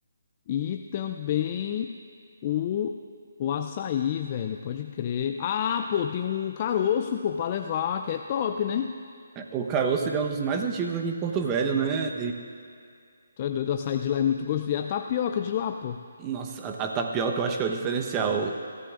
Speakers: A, on the left; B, on the right.
A: e também o, o açaí, velho, pode crer. Ah, pô, tem um caroço, pô, pra levar, que é top, né?
B: O caroço, ele é um dos mais antigos aqui em Porto Velho, né?
A: Tu é doido, o açaí de lá é muito gostoso, e a tapioca de lá, pô.
B: Nossa, a, a tapioca eu acho que é o diferencial.